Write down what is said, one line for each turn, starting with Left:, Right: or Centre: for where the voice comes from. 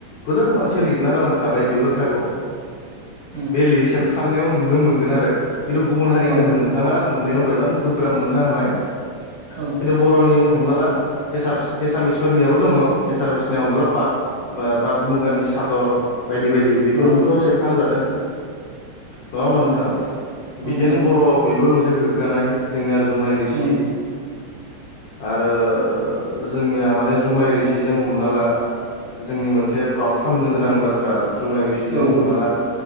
Left: गोदोर मान मानसिया लिरना गालांखाबाय बे बाथ्राखौ।
Right: उम
Left: बे लिरसेबखांनायाव नुनो मोनगोन आरो खिन्थु गुबुन हारिखौ
Right: औ
Left: नोंथाङा नुनायाव बायमान गोब्राब मोननो हानाय
Right: औ
Left: खिन्थु बर'नि हमना ला एसामिस एसामिस फोरनियावबो दङ एसामिसनिया हमना ला पाट, पाट मुगानि हादर बायदि बायदि बेफोरबोथ'
Right: औ
Left: सेबखांजादों। नङा होमबा
Right: औ
Left: नोंथां?
Right: नोंथां
Left: बिदेनो बर' बेबो मोनसे गोग्गानाय जोंनिया जुमाय रोसि
Right: औ
Left: आरो जोंनिया माने जुमाय रोसिजों हमना ला। जोंनि मोनसे <unintelligible> खामनो गोनां बाथ्रा जुमाय रोसिजों
Right: औ
Left: हमना ला